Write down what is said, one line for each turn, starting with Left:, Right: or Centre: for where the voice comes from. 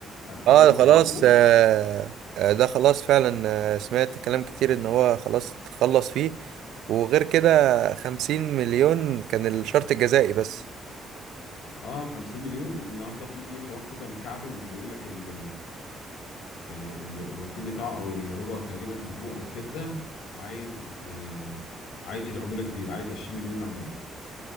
Left: عرفت
Right: اه
Left: ان هو
Right: ده
Left: خلصوه
Right: خلاص آه آه، ده خلاص فعلا آه، سمعت كلام كتير ان هو خلاص تخلص فيه وغير كده خمسين مليون كان الشرط الجزائي بس
Left: اه 50 مليون النهارده في حوار كده مكعبل بيقول لك ال... آه، ال... الوكيل بتاعه او اللي هو تقريبا ابوه او كده عايز آه، عايز عموله كبيره عايز 20 مليون عموله